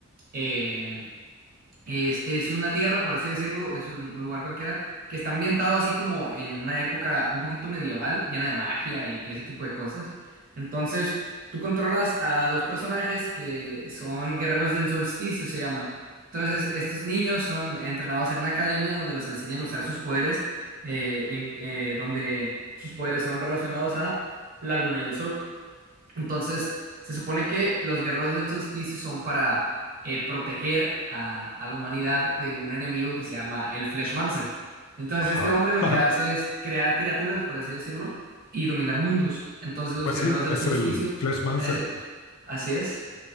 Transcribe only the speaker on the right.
eh, es, es una tierra, por así decirlo, es un, un lugar cualquiera, que está ambientado así como en una época un poquito medieval, llena de magia y, y ese tipo de cosas. Entonces, tú controlas a dos personajes que son guerreros del solsticio, se llaman. Entonces, estos niños son entrenados en una academia donde los enseñan a usar sus poderes, eh, en- eh, donde sus poderes son relacionados a la luna y el sol. Entonces, se supone que los guerreros del solsticio son para eh, proteger a, a la humanidad de un enemigo que se llama el Fleshmancer. Entonces,
este hombre lo
que hace es crear criaturas, por así decirlo, y dominar mundos. Entonces, los
guerreros
del
solsticio,
ese, así es.